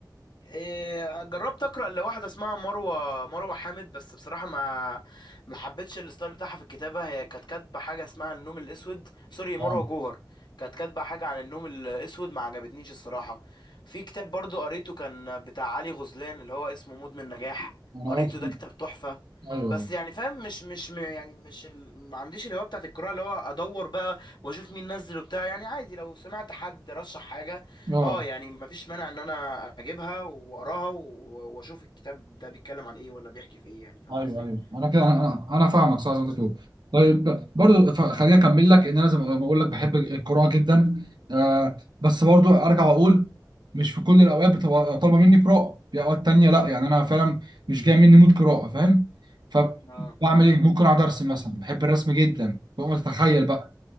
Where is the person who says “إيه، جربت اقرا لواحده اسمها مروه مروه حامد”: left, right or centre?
Left